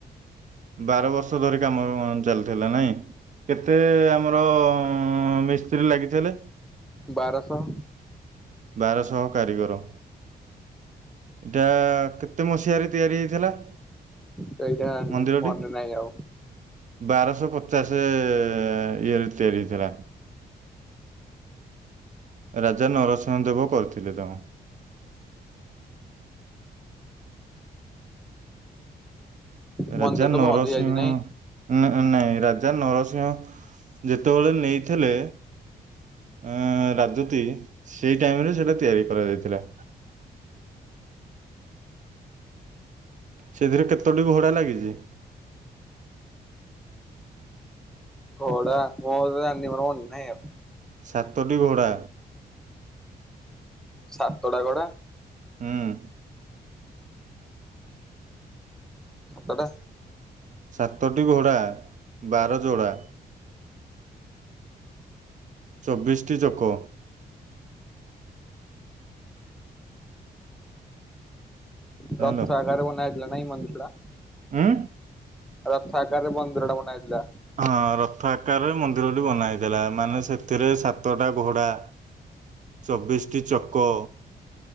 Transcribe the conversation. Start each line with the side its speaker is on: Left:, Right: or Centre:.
Right: ବାର ବର୍ଷ ଧରି କାମ ଚାଲିଥିଲା ନାଇଁ। କେତେ ଆମର ମିସ୍ତ୍ରୀ ଲାଗିଥିଲେ?
Centre: ବାରଶହ।
Right: ବାରଶହ କାରିଗର। ଏଇଟା କେତେ ମସିହାରେ ତିଆରି ହେଇଥିଲା?
Centre: ସେଇଟା ମନେ
Right: ମନ୍ଦିରଟି?
Centre: ନାହିଁ ଆଉ।
Right: ବାରଶହ ପଚାଶ ଇଏରେ ତିଆରି ହେଇଥିଲା। ରାଜା ନରସିଂହ ଦେବ କରିଥିଲେ ତାଙ୍କୁ।
Centre: ମନ୍ଦିର
Right: ରାଜା
Centre: ତ
Right: ନରସିିଂହ
Centre: ବନ୍ଦ ହେଇଯାଇଛି ନାଇଁ
Right: ଉଁ ନାଇଁ ରାଜା ନରସିଂହ ଯେତେବେଳେ ନେଇଥିଲେ ଉଁ ରାଜୁତି ସେଇ ଟାଇମ ରେ ସେଇଟା ତିଆରି କରାଯାଇଥିଲା। ସେଥିରେ କେତୋଟି ଘୋଡ଼ା ଲାଗିଛି?
Centre: ଘୋଡ଼ା ମୁଁ ଆଉ ତ ଜାଣିନି ମୋର ମନ ନାହିଁ ଆଉ।
Right: ସାତଟି ଘୋଡ଼ା।
Centre: ସାତଟା ଘୋଡା।
Right: ହୁଁ।
Centre: ତଡ଼ା
Right: ସାତଟି ଘୋଡା ବାର ଯୋଡା। ଚବିଶ୍ ଟି ଚକ। ଜାଣିଲ
Centre: ରକ୍ତ ଆକାର ବନା ହେଇଥିଲା ନାଇଁ ମନଷୁରା
Right: ଉଁ?
Centre: ରଥ ଆକାରରେ ମନ୍ଦିର ଟା ବନା ହେଇଥିଲା।
Right: ହଁ ରଥ ଆକାରରେ ମନ୍ଦିରଟି ବନା ହେଇଥିଲା ମାନେ ସେଥିରେ ସାତଟା ଘୋଡା ଚବିଶ୍ ଟି ଚକ